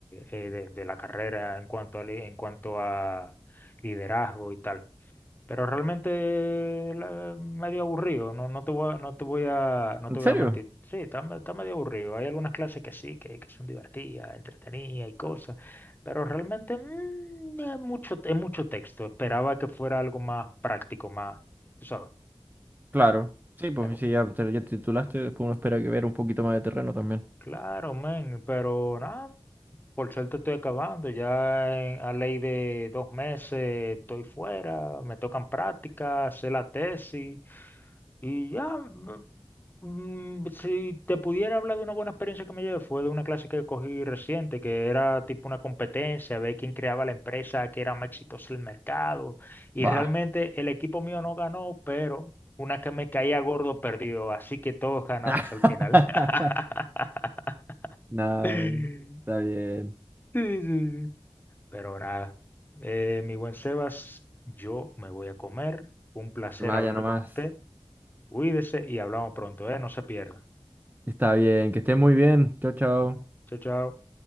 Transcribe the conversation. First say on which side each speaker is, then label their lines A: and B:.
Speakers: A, on the left (about 20°); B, on the right (about 20°).
A: eh, de, de la carrera en cuanto a, li- en cuanto a liderazgo y tal. Pero realmente la- medio aburrido, no, no te voy, a- no te voy a, no
B: ¿En
A: te
B: serio?
A: voy a mentir. Sí, está, me- está medio aburrido. Hay algunas clases que sí, que, que son divertidas, entretenidas y cosas, pero realmente mm, es mucho, es mucho texto. Esperaba que fuera algo más práctico, más, tú sabes.
B: Claro. Sí, pues
A: Pero
B: si ya te, ya te titulaste, después uno espera que ver un poquito más de terreno también.
A: claro, men, pero nada, por suerte estoy acabando. Ya en- a ley de dos meses estoy fuera, me tocan prácticas, hacer la tesis. Y ya, b- mm, si te pudiera hablar de una buena experiencia que me llevé, fue de una clase que cogí reciente, que era tipo una competencia, ver quién creaba la empresa que era más exitosa del mercado. Y
B: Bah.
A: realmente el equipo mío no ganó, pero una que me caía gordo perdió, así que todos ganamos
B: <laughs>
A: al final. <laughs>
B: No,
A: Sí,
B: está bien.
A: sí, sí. Pero nada, eh, mi buen Sebas, yo me voy a comer. Un placer
B: Vaya
A: hablar
B: nomás.
A: con usted. Cuídese y hablamos pronto, ¿eh? No se pierda.
B: Está bien, que estés muy bien. Chao, chao.
A: Chao, chao.